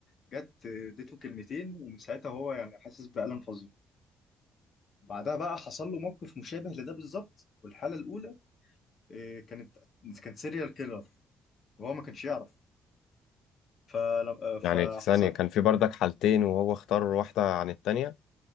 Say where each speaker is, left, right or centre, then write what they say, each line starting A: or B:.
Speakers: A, on the left (about 35°); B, on the left (about 80°).
A: جت اديته كلمتين ومن ساعتها هو يعني حاسس بألم فظيع بعدها بقى حصل له موقف مشابه لده بالظبط والحالة الأولى آه، كانت كانت سيريال كيلر وهو ما كانش يعرف فلم... آه، فحصل
B: يعني ثانية كان في بردك حالتين وهو اختار واحدة عن التانية